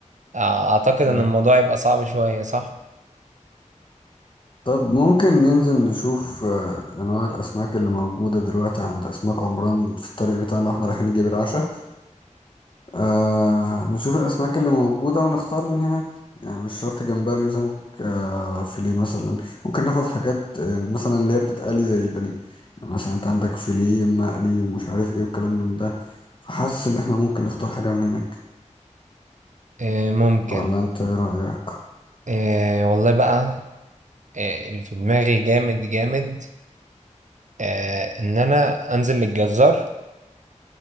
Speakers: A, on the right (about 70°); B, on the left (about 40°).
A: آه، اعتقد
B: مم.
A: ان الموضوع يبقى صعب شوية صح
B: طب ممكن ننزل نشوف آه، انواع الاسماك اللي موجودة دلوقتي عند اسماك عمران في الطريق بتاعنا واحنا رايحين نجيب العشاء آه نشوف الأسماك اللي موجودة ونختار من هناك يعني مش شرط جمبري وسمك آه فيليه مثلا ممكن ناخد حاجات يعني مثلا اللي هي بتتقلي زي البانيه يعني مثلا انت عندك فيليه مقلي ومش عارف ايه والكلام من ده فحاسس ان احنا ممكن نختار حاجة من هناك
A: إيه ممكن
B: ولا انت ايه رأيك؟
A: إيه والله بقى إيه اللي في دماغي جامد جامد إيه ان انا انزل للجزار